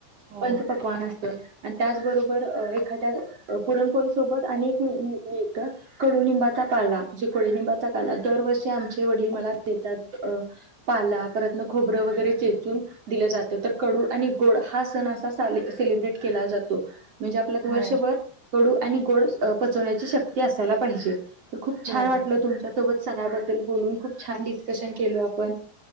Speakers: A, on the right; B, on the right.
A: हो
B: पंच पकवान असत आणि त्याचबरोबर एखा्या पुरणपोळी सोबत मिळत कडुिंबाचा पालाे बाला दरवर्षी आमचे वडील मला देतात पाला खोबर वगैरे चेचून दिलं जात तर कडू आणि गोड हा सण असा सेलिब्रेट केला जातो म्हणजे आपल्यात
A: हो
B: वर्षभर कडू आणि गोड पचवण्याची शक्ती असायला पाहिजे तर खूप
A: हो
B: छान वाटलं
A: बरोबर
B: तुमच्या सोबत सगळबद्दल बोलून खूप छान डिस्कशन केल आपण